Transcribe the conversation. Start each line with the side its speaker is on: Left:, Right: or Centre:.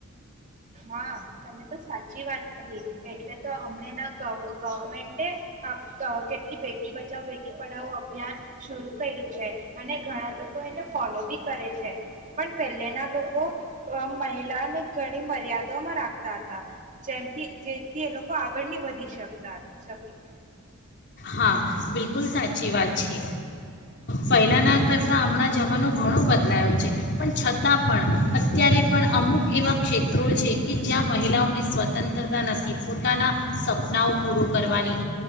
Right: હા તમે તો સાચી વાત કરી એટલે તો હમણાં ના ગવર્મેન્ટે, કેટલી બેટી બચાવો બેટી પઢાવો અભિયાન શરૂ કર્યું છે અને ઘણા લોકો એને ફોલો બી કરે છે, પણ પહેલે ના લોકો મહિલાને ઘણી મર્યાદામાં રાખ જે જેથી એ લોકો આગળની વધી શકતા શકે
Left: હા, બિલકુલ સાચી વાત છે, પહેલાં ના કરતા હમણાં જમાનો ઘણો બધ બદલાયો છે, પણ છતાં પણ અત્યારે પણ અમુક એવા ક્ષેત્રો છે કે જ્યાં મહિલાઓને સ્વતંત્રતા નથી પોતાના સપનાઓ પૂર કરવાની.